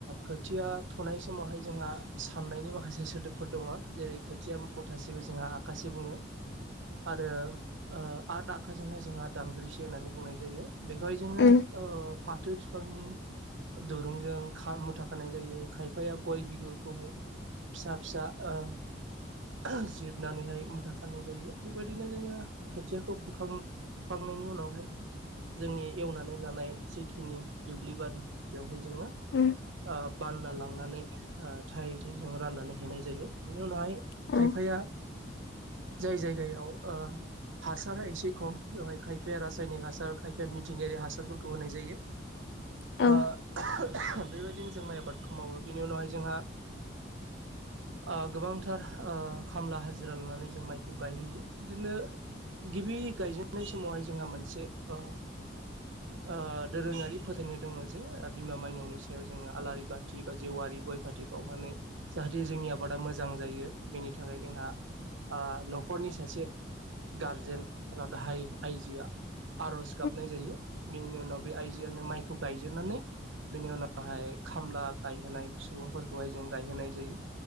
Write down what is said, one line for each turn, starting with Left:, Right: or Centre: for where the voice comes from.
Right: खोथिया फुनाय समावहाय जोंहा साननायनि माखासे सोदोबफोर दङ जेरै खोथिया मुथासेखौ जोंहा आखासे बुङो आरो ओ आठ खाजोंहाय जोंहा दांग्रिसे होननानै बुंनाय जायो बेखौहाय जोङो
Left: उम
Right: ओ फाथो बिफांनि दुरुंजों खार मुथा खानाय जायो, खायफा बे गय बिगुरखौहाय फिसा फिसा ओ जिरनानैहाय मुथा खानाय जायो बेबायदि बादिनो जोङो खोथियाखौ फुखां फुखांनायनि उनावहाय जोंनि एवनानै लानाय जिखिनि दुब्लिबारि बेवहाय जोङो ओ
Left: औ
Right: बान्ना लां लांनानै ओ थाय थाय जों राननानै हैनाय जायो। बिनि उनावहाय
Left: उम औ
Right: खायफाया
Left: औ
Right: जाय जायगायाव ओ हासारा एसे खम बेवहाय खायफाया रासायनिक हासार खायफाया मिथिंगायारि हासारफोरखौ होनाय जायो।
Left: उम
Right: ओ <unintelligible> बेबायदिनो जों माइ आबादखौ मावो बेनि उनावहाय जोंहा ओ गोबांथार ओ खामला हाजिरा लानानै जों माइखौ गायहैयो, बिदिनो गिबि गायजेननाय समावहाय जोंहा मोनसे ओ ओ दोरोङारि फोथायनाय दङ जे बिमा माइनावनि सायाव जोङो आलारि बा थि बा जेवारि गय फाथि बाउनानै जाहाथे जोंनि आबादा मोजां जायो बेनि थाखाय जोंहा ओह न'खरनि सासे गारजेन एबा गाहाइ आइजोआ आर'ज
Left: औ
Right: गाबनाय जायो। बेनि उनाव बे आइजोआनो माइखौ गायजेनानै बिनि उनावहाय खामला गायहोनाय सुबुंफोरखौहाय जों गायहोनाय जायो।